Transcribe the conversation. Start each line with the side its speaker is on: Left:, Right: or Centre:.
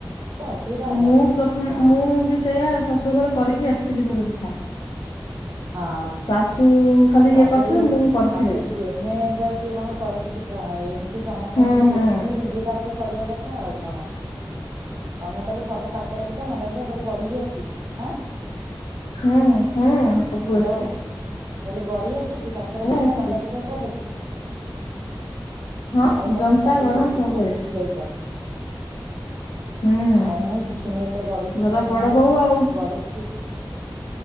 Right: କିଛି ଅସୁବିଧା ହବନି
Left: ମୁଁ ପ୍ରଥମେ
Right: ହଁ
Left: ମୁଁ ବି ସେଇଆ ଶାଶୁଘରେ କରିକି ଆସଥିଲି ପୋଡ଼ ପିଠା।
Right: ହଁ
Left: ଶାଶୁ ଖାଲି
Right: ଆଉ ସବୁ
Left: ଇଏ କରିଥିଲେ। ମୁଁ କରିଥିଲି
Right: ତାପରେ ଝିଅଦିନେ ଏବେ କିଏ କଣ କରେ କିି ପିଠାପଣା? ଏମନ୍ତି ସମସ୍ତଙ୍କ
Left: ହୁଁ
Right: ଟୁ ଟିକେ
Left: ହୁଁ।
Right: ଦେଖିକି ମି ନିଜେ ତା ପରେ କରିବା କଥା ଆଉ କଣ। ତମକୁ ତାହେଲେ ସବୁ କାକେରା ପିଠା, ମଣ୍ଡା ପିଠା ସବୁ ଗଢ଼ିବି ଆସିଚି। ଆଁ
Left: ହଁ ହଁ ସବୁ
Right: ହ୍ୟାଲୋ।
Left: ଆସଚି।
Right: ମୁଁ କହିଲି ଗଢି଼ ଆସିଚି କାକେରା ପିଠା,
Left: ଆସିଛି
Right: ମଣ୍ଡା ପିଠା ସବୁ।
Left: ହଁ
Right: ଯାହା ହଉ ତମେ
Left: ଜନ୍ତା
Right: ସବୁ
Left: ଗଢା
Right: ପୋ ପିଠା
Left: ସବୁ ଆଇଛି।
Right: ଶିଖି ଯାଇଚ।
Left: ହୁଁ
Right: ଆଉ ମୁଁ ଶିଖିନି ଏତେ ଗଢ଼ି ଶିଖିନି।
Left: ଘର ବଡ
Right: ମାନେ
Left: ବୋଉ ଆଉ
Right: ଗଢ଼ି <unintelligible>